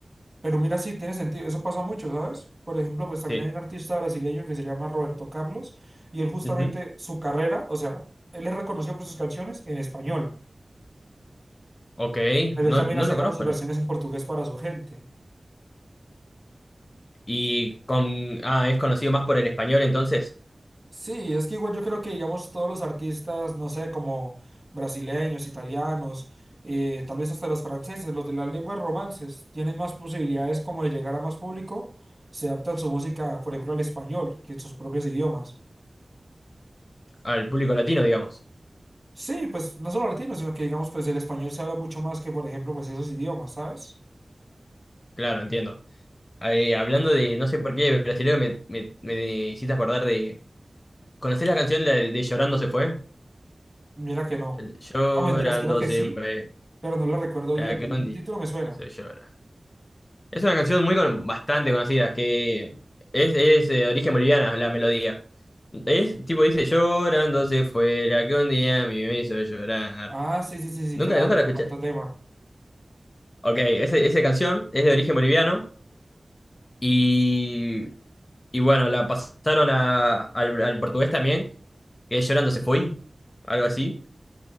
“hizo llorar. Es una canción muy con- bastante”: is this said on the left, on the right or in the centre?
Left